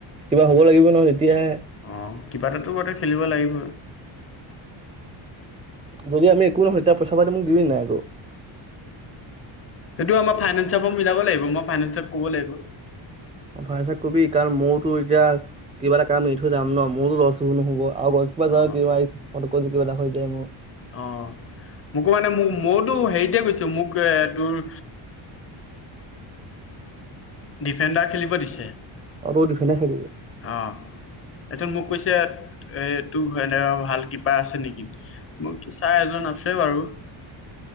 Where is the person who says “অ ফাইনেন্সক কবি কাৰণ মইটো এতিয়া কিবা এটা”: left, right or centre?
Right